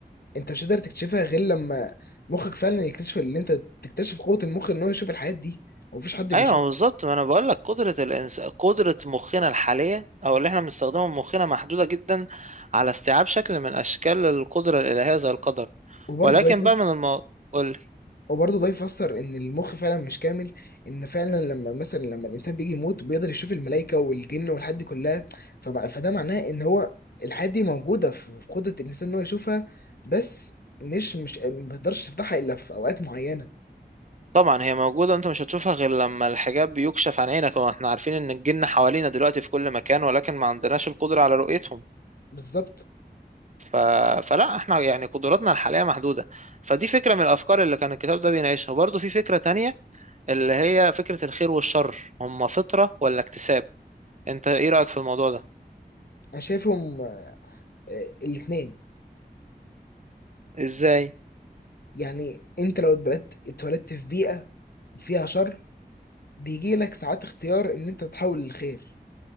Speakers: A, on the left; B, on the right.
A: انت مش قادر تكتشفها غير لما مخك فعلا يكتشف ان انت تكتشف قوة المخ ان هو يشوف الحاجات دي ومفيش حد
B: أيوة
A: بيشوف
B: بالظبط ما أنا بقول لك قدرة الإنس... قدرة مخنا الحالية أو اللي إحنا بنستخدمه مخنا محدودة جدا على استيعاب شكل من أشكال القدرة الإلهية زي القدر
A: وبرضه
B: ولكن
A: ده يفسر
B: بقى من المو... قولي
A: وبرضه ده يفسر ان المخ فعلا مش كامل ان فعلا لما مثلا لما الانسان بيجي يموت بيقدر يشوف الملائكة والجن والحاجات دي كلها فبقى فده معناه ان هو الحاجات دي موجودة في في قدرة الانسان ان هو يشوفها بس مش مش ما بيقدرش تفتحها الا في اوقات معينة
B: طبعا هي موجودة أنت مش هتشوفها غير لما الحجاب بيكشف عن عينك وإحنا عارفين إن الجن حوالينا دلوقتي في كل مكان ولكن ما عندناش القدرة على رؤيتهم
A: بالظبط
B: ف... فلا احنا يعني قدراتنا الحالية محدودة فدي فكرة من الأفكار اللي كان الكتاب ده بيناقشها برضه في فكرة تانية اللي هي فكرة الخير والشر هما فطرة ولا اكتساب انت ايه رأيك في الموضوع ده
A: انا شايفهم آه، الاتنين
B: ازاي
A: يعني انت لو اتبلدت اتولدت في بيئة فيها شر بيجي لك ساعات اختيار ان انت تتحول للخير